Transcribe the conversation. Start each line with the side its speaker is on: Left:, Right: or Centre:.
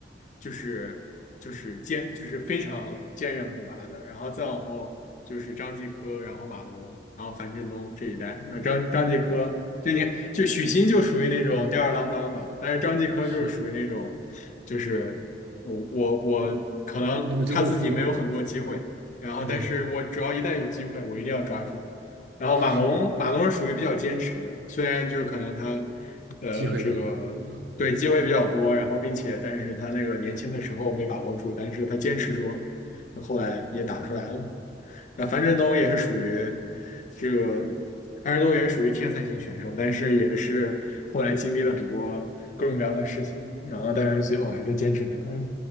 Left: 就是就是坚就是非常坚韧不拔的，然后再往后就是张继科，然后马龙，然后樊振东这一代，那张张继科就你就许昕就属于那种吊儿郎当的，但是张继科就是属于那种，
Right: 是
Left: 就是我我我可能他自己没有很多机会，
Right: 我我就不服，
Left: 然后但是我只要一旦有机会，
Right: 嗯，对，
Left: 我一定要抓住。然后马龙，
Right: 是，
Left: 马龙是属于比较坚持的，虽然就是可能他，呃，
Right: 机会多，
Left: 这个对机会比较多，
Right: 嗯
Left: 然后并且但是他那个年轻的时候没把握住，但是他坚持住了，后来也打出来了。那樊振东也是属于这个，樊振东也是属于天才型选手，但是也是后来经历了很多各种各样的事情，然后但是最后还是坚持下来了。